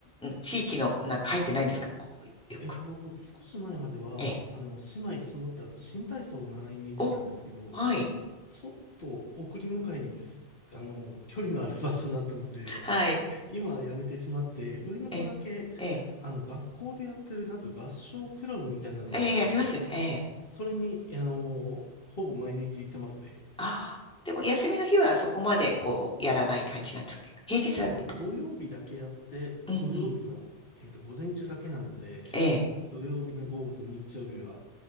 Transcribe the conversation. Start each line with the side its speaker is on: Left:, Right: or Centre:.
Centre: ん地域の、なんか入ってないんですかこう、
Left: <laughs>
Centre: よく。
Left: えっと、少し前までは、
Centre: ええ。
Left: あの、姉妹揃ってあの、新体操を習いに行ってたんですけど、
Centre: お、はい。
Left: ちょっと送り迎えにす、あの、距離のある場所だったので、
Centre: はい。
Left: 今辞めてしまって、上の子だけ、
Centre: ええ。ええ。
Left: あの、学校でやってるなんか合唱クラブみたいなのがあって、
Centre: ええ、ありますよね。ええ。
Left: それに、あのーほぼ毎日行ってますね。
Centre: ああ。でも、休みの日はそこまで、こう、やらない感じなんですけど。
Left: そうですね、
Centre: 平日だけ。
Left: 土曜日だけやって、
Centre: うんうん。
Left: 土曜日の、えーと、午前中だけなので、
Centre: ええ。
Left: 土曜日の午後と日曜日は、